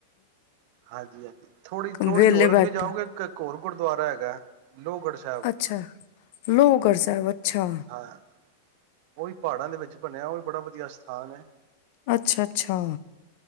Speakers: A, on the right; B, on the left.
A: ਹਾਂਜੀ ਹਾਂਜੀ, ਥੋੜੀ ਥੋੜੀ
B: ਵਿਹਲੇ
A: ਹੋਰ
B: ਬੈਠੇ
A: ਅੱਗੇ ਜਾਓਗੇ ਇੱਕ ਹੋਰ ਗੁਰਦੁਆਰਾ ਹੈਗਾ। ਲੋਹਗੜ੍ਹ ਸਾਹਿਬ
B: ਅੱਛਾ ਲੋਹਗੜ੍ਹ ਸਾਹਿਬ। ਅੱਛਾ।
A: ਹਾਂ, ਉਹੀ ਪਹਾੜਾਂ ਦੇ ਵਿੱਚ ਬਣਿਆ ਉਹ ਬੜਾ ਵਧੀਆ ਸਥਾਨ ਐ।
B: ਅੱਛਾ ਅੱਛਾ,